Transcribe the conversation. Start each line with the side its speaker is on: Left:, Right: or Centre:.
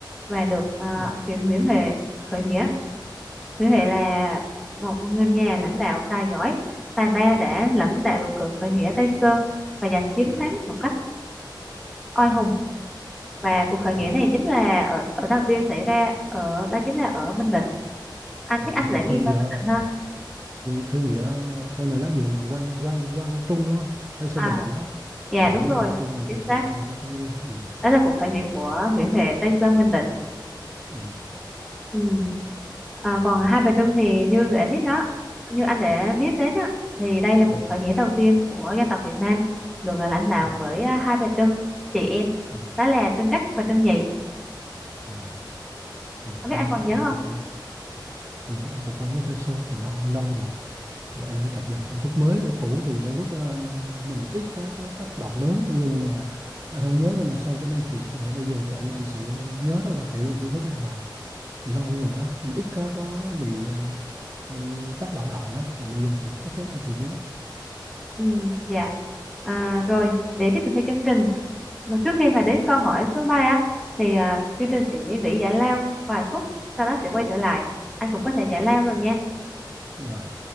Centre: và được à,
Right: Ừ.
Centre: huyện Nguyễn Huệ khởi nghĩa. Nguyễn Huệ là một người nhà lãnh đạo tài giỏi, tài ba đã lãnh đạo được cuộc khởi nghĩa Tây Sơn và giành chiến
Right: À.
Centre: thắng một cách oai hùng. Và cuộc khởi nghĩa
Right: À.
Centre: này chính là ở ở đầu tiên xảy ra ở đó chính là ở Bình Định. Anh chắc
Right: À, đúng
Centre: anh
Right: rồi
Centre: sẽ
Right: khơi
Centre: nghiêng
Right: nghĩa
Centre: về Bình Định ha.
Right: khơi nghĩa sau này lá hiệu là Quang Quang Quang Trung đúng không Tây Sơn
Centre: À,
Right: Bình Định đó
Centre: dạ
Right: à
Centre: đúng
Right: đúng
Centre: rồi,
Right: rồi khi ra
Centre: chính
Right: thì
Centre: xác.
Right: cùng cùng qua có nghe ừ.
Centre: Đó là cuộc khởi nghĩa của Nguyễn Huệ Tây Sơn Bình Định.
Right: Ừ.
Centre: Ừ. À, còn hai bà Trưng thì như đã biết đó, như anh đã biết đến á, thì đây là
Right: Ừ.
Centre: cuộc khởi nghĩa đầu tiên của dân tộc Việt Nam được à, lãnh đạo
Right: Ừ.
Centre: bởi à, hai bà Trưng, chị em,
Right: Ừ.
Centre: đó là Trưng Trắc và Trưng Nhị.
Right: À. Ừ.
Centre: Không
Right: cái
Centre: biết anh
Right: này
Centre: còn
Right: anh
Centre: nhớ
Right: anh
Centre: không?
Right: cũng anh, ừ. anh cũng có nhớ sơ sơ từ nó hỏi lâu rồi thì anh hay cập nhật kiến thức mới cũ thì đôi lúc ờ, mình ít có có tác động lớn nhưng mà anh không nhớ nhưng mà sau cái này thì có thể bây giờ thì anh anh sẽ nhớ rất là kỹ về kiến thức này lại thì lâu rồi đó mình ít có có bị ờ, bị tác động lại đó còn bây giờ thì chắc chắn anh sẽ nhớ
Centre: Ừ, dạ. À, rồi, để tiếp tục theo chương trình, mà trước khi mà đến câu hỏi số 3 á, thì à, chương trình sẽ nghỉ giải lao vài phút, sau đó sẽ quay trở lại. Anh cũng có thể giải lao rồi nha.
Right: rồi